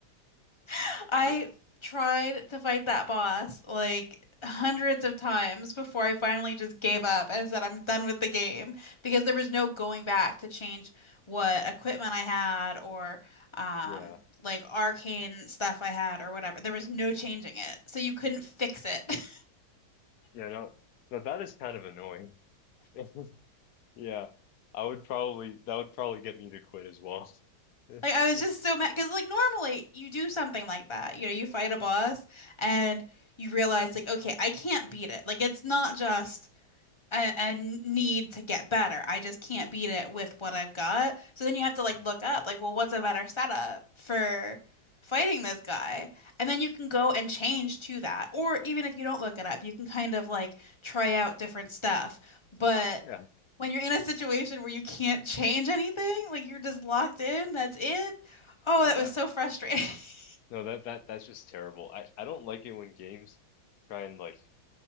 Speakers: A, on the left; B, on the left.
A: <laughs> I
B: Yeah.
A: tried to fight that boss like hundreds of times before I finally just gave up and said, I'm done with the game because there was no going back to change what equipment I had or, um,
B: Yeah.
A: like arcane stuff I had or whatever. There was no changing it. So you couldn't fix it. <laughs>
B: Yeah. No. Now that is kind of annoying. <laughs> Yeah, I would probably that would probably get me to quit as well.
A: Like I
B: <laughs>
A: was just so mad because like normally you do something like that. You know, you fight a boss and you realize like, okay, I can't beat it. Like it's not just a, a need to get better. I just can't beat it with what I've got. So then you have to like look up like, well, what's a better setup for fighting this guy? And then you can go and change to that. Or even if you don't look it up, you can kind of like try out different stuff. But
B: Yeah,
A: when you're in a situation where you can't change anything, like you're just locked in, that's it. Oh, that
B: yeah.
A: was so frustrating. <laughs>
B: No, that that that's just terrible. I I don't like it when games try and like